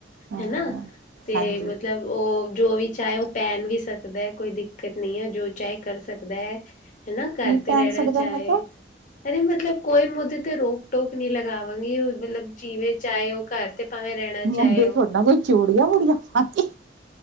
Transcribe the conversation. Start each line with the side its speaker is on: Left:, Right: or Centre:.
Right: ਹਾਂ
Left: ਹਨਾ, ਤੇ
Right: ਹਾਂਜੀ
Left: ਮਤਲਬ ਉਹ ਜੋ ਵੀ ਚਾਹੇ, ਉਹ ਪਹਿਨ ਵੀ ਸਕਦਾ ਹੈ, ਕੋਈ ਦਿੱਕਤ ਨਹੀਂ ਹੈ, ਜੋ ਚਾਹੇ ਕਰ ਸਕਦਾ ਹੈ। ਹਨਾ, ਘਰ
Right: ਕੀ
Left: ਤੇ
Right: ਪਹਿਨ
Left: ਰਹਿਣਾ
Right: ਸਕਦਾ
Left: ਚਾਹੇ
Right: ਮੈਂ ਤਾਂ
Left: ਅਰੇ ਮਤਲਬ, ਕੋਈ ਮੈ ੳਦੇ ਤੇ ਰੋਕ ਟੋਕ ਨਹੀਂ ਲਗਾਵਾਂਗੀ, ਮਤਲਬ ਜਿਵੇ ਚਾਹੇ ਉਹ ਘਰ ਤੇ ਭਾਵੇਂ, ਰਹਿਣਾ
Right: ਮੁੰਡੇ
Left: ਚਾਹੇ ਹੋ।
Right: ਥੋੜਾ ਨਾ ਕੋਈ ਚੂੜੀਆਂ ਵੂੜੀਆਂ ਪਾ ਕੇ